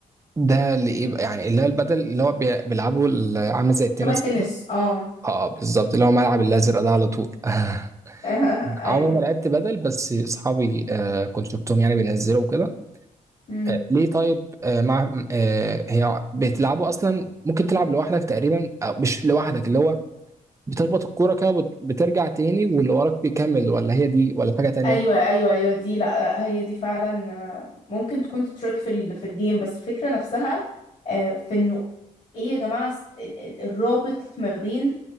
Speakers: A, on the right (about 20°); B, on the left (about 55°).
A: ده اللي ايه بقى يعني اللي هي البدل اللي هو بي- بيلعبه ال- عامله زي التنس
B: شبه التنس
A: كده
B: اه
A: اه بالظبط اللي هو ملعب الازرق ده على طول <laughs>
B: <laughs>
A: عمري ما لعبت بدل بس اصحابي آه كنت شفتهم يعني بينزلوا كده
B: ايوه
A: آه ليه طيب آه مع آه هي بتلعبوا اصلا ممكن تلعب لوحدك تقريبا أو مش لوحدك اللي هو بتخبط الكوره كده وبت- بترجع تاني واللي وراك بيكمل ولا هي دي ولا حاجه تانيه
B: ايوه ايوه ايوه دي لا هي دي فعلا آه، ممكن تكون تترك في ال في الجيم بس الفكره نفسها آه، في انه ايه يا جماعه الس- ال- ال- الرابط ما بين